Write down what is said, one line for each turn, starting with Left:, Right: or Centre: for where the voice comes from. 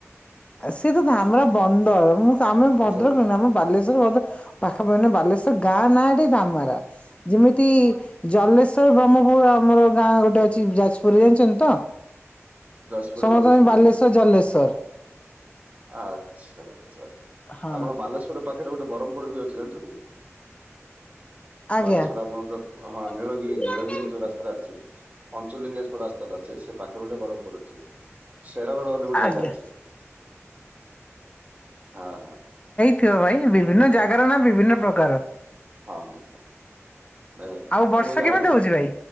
Left: ଆ ସେ ତ ଧାମରା ବନ୍ଦର ମୁଁ ଆମେ ଭଦ୍ରକ
Right: ଆଚ୍ଛା
Left: ନୁହେଁ ଆମେ ବାଲେଶ୍ଵର। <unintelligible> ପାଖାପାଖିନା ବାଲେଶ୍ଵର ଗାଁ ନାଁ ଟି ଧାମରା। ଯେମିତି ଜଲେଶ୍ଵର ବ୍ରହ୍ମପୁର ଆମର ଗାଁ ଗୋଟେ ଅଛି ଯାଜପୁରରେ ଜାଣିଛନ୍ତି ତ?
Right: ଯାଜପୁରରେ
Left: ସମସ୍ତ
Right: ଜଲେଶ୍ଵରରେ
Left: ପାଇଁ ବାଲେଶ୍ଵର
Right: ଅଛି
Left: ଜଲେଶ୍ଵର।
Right: ଆଚ୍ଛା ଆଚ୍ଛା ଆଚ୍ଛା
Left: ହଁ
Right: ଆପଣ ବାଲେଶ୍ୱରେ ପାଖ ପାଖରେ ଗୋଟେ ବରମପୁର ବି ଅଛି ଜାଣିଛନ୍ତି?
Left: ଆଜ୍ଞା
Right: ବାଲେଶ୍ଵର ଆମଣ ତ ହଁ
Left: ଆଜ୍ଞା।
Right: ନୀଳଗିରି ନୀଳଗିରି ଯୋଉ ରାସ୍ତା ଅଛି। ପଞ୍ଚଲିଙ୍ଗେଶ୍ୱର ରାସ୍ତା ଟା ଅଛି ସେ ପାଖେ ଗୋଟେ ବରମପୁର ଅଛି। ଶେରଗଡ ବୋଲି ଗୋଟେ
Left: ଆଜ୍ଞା
Right: ଜାଗା ଅଛି ହଁ ହଁ ହ
Left: ଥିବ ଭାଇ ବିଭିନ୍ନ ଜାଗାର ନାଁ ବିଭିନ୍ନ ପ୍ରକାର।
Right: ହଁ ହଁ ହଁ ନାଇଁ
Left: ଆଉ ବର୍ଷା
Right: ଆମେ ଯାଇଥିଲୁ
Left: କେମିତି ହଉଛି ଭାଇ